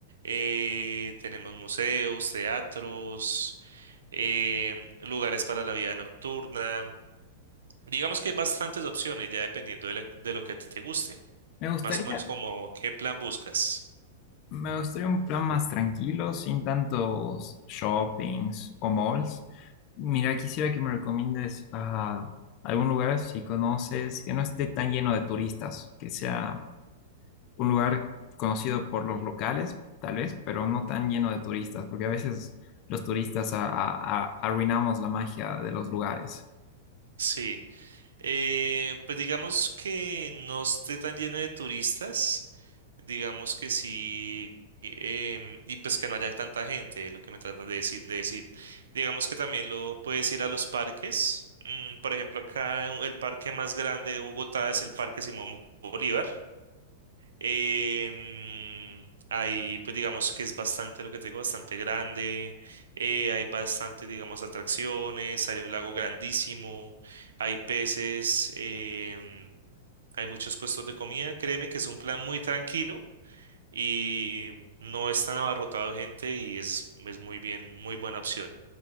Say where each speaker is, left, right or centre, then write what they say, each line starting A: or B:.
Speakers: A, on the right (about 75°); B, on the left (about 45°).
A: eh, tenemos museos, teatros, em, lugares para la vida nocturna. Digamos que hay bastantes opciones, ya dependiendo de, la- de lo que a ti te guste.
B: Me gustaría
A: Más o menos como qué plan buscas.
B: Me gustaría un plan más tranquilo, sin tantos shoppings o malls. Mira, quisiera que me recomiendes a algún lugar, si conoces, que no esté tan lleno de turistas, que sea un lugar conocido por los locales, tal vez, pero no tan lleno de turistas, porque a veces los turistas a- a- a- arruinamos la magia de los lugares.
A: Sí, eh, pues digamos que no esté tan lleno de turistas. digamos que sí, em, y pues que no haya tanta gente, es lo que me tratas de decir, de decir. Digamos que también lo puedes ir a los parques. mm, por ejemplo, acá en- el parque más grande de Bogotá es el Parque Simón Bolívar. Em, ahí, pues digamos que es bastante, lo que te digo, bastante grande. eh, hay bastante, digamos, atracciones. Hay un lago grandísimo. Hay peces. em, hay muchos puestos de comida. Créeme que es un plan muy tranquilo y no es tan abarrotado de gente y es, es muy bien, muy buena opción.